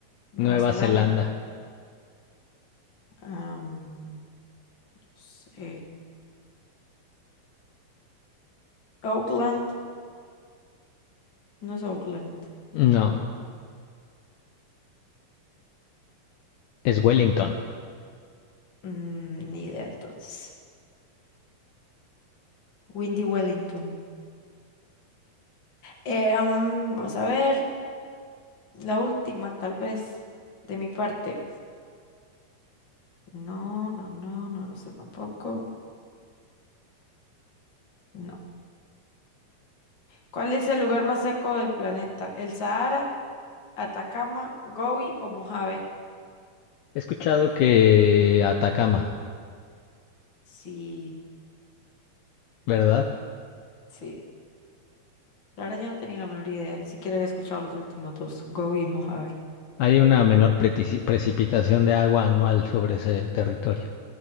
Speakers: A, on the left; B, on the left.
A: Nueva
B: Nueva
A: Zelanda.
B: Zelanda.
A: am, no sé. Auckland. No es Auckland.
B: No, es Wellington.
A: Mm, ni idea entonces. Windy Wellington. Eh, am, vamos a ver. La última, tal vez, de mi parte. No, no, no, no lo sé tampoco. No. ¿Cuál es el lugar más seco del planeta? ¿El Sahara, Atacama, Gobi o Mojave?
B: He escuchado que Atacama,
A: Sí,
B: ¿verdad?
A: sí, La verdad ya no tenía la menor idea, ni siquiera había escuchado los últimos dos, Go y Mojave.
B: Hay una menor pretici- precipitación de agua anual sobre ese territorio